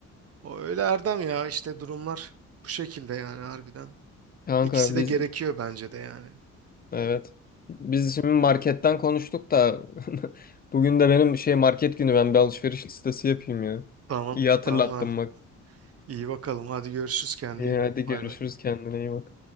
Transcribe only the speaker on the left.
kanka
biz
evet biz şimdi marketten konuştuk da <laughs> bugün de benim şey market günü ben bir alışveriş listesi yapayım ya.
İyi hatırlattın
bak.
İyi
hadi
görüşürüz
kendine iyi bak.